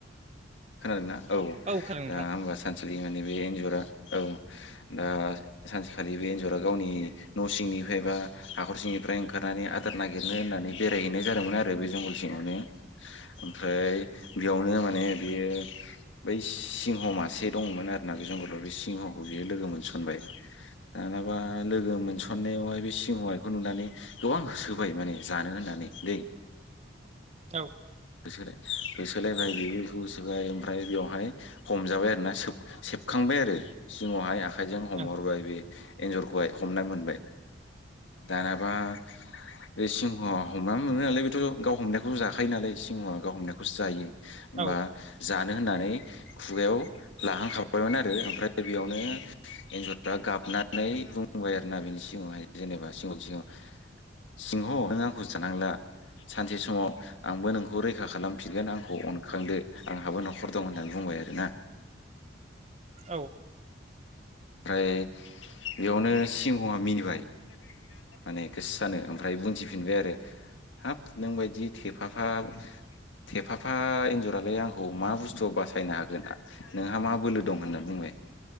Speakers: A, on the left; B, on the right.
A: खोनादोंना औ
B: खोनादों नोंथां
A: दा होमबा सानखालि माने बे एनजरा औ दा सानसेखालि बे एन्जरा गावनि न' सिंनिफ्राय बा हाखर सिंनिफ्राय ओंखारनानै आदार नागिरनो होननानै बेरायहैनाय जादोंमोन आरो बे जंगल सिंङावनो ओमफ्राय बेयावनो माने बेयो बै सिंह मासे दंमोन आरो ना बे जंगलाव बे सिंहखौ बियो लोगो मोनसनबाय। दानाबा लोगो मोनसन्नायावहाय बे सिंहया बेखौ नुनानै गोबां होसोबाय माने जानो होननानै दै
B: औ।
A: होसोदो होसोलायबाय बेबोखौ होसोबाय ओमफ्राय बेवहाय हमजाबाय आरोना सेबखांबाय आरो सिंङावहाय आखायजों हमहरबाय
B: औ
A: बे एन्जरखौहाय हमना मोनबाय दानाबा बे सिंहआ हमनानै मोनो नालाय बेथ' गाव हमनायखौबो' जाखायो नालाय। सिंहा गाव हमनायखौसो जायो होमबा
B: औ
A: जानो होननानै खुगायाव लाहांखाबायमोन आरो ओमफ्राय बेयावनो एन्जरफ्रा गाबनानै बुंबाय आरोना बिनि सिगांङावहाय जेनेबा सिगांआव सिगाव सिंह नों आंखौ जानांला सानसे समाव आंबो नोंखौ आंखौ रैखा खालामफिनगोन आंखौ अनखांदो आंहाबो न'खर दं होननानै बुंबाय आरो ना
B: औ।
A: ओमफ्राय बेयावनो सिंहआ मिनिबाय माने गोसो सानो ओमफ्राय बुंथिफिनबाय आरो। हाब नोंबायदि थेफाफा थेफाफा एन्जरालाय आंखौ मा बुस्थु बासायनो हागोन ना नोंहा मा बोलो दं होनना बुंबाय